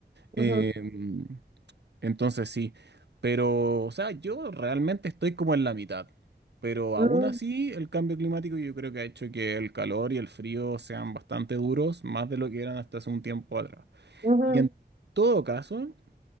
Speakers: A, on the right; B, on the right.
A: Em,
B: ujú,
A: entonces sí, pero o sea, yo realmente estoy como en la mitad, pero
B: mm,
A: aún así el cambio climático yo creo que ha hecho que el calor y el frío sean bastante duros, más de lo que eran hasta hace un tiempo atrás.
B: ujú.
A: Y en todo caso,